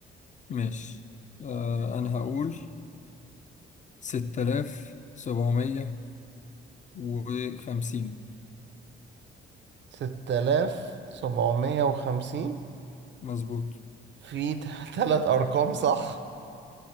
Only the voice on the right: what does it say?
ستة آلاف سبعمية وخمسين
في ت- <laughs> تلات أرقام صح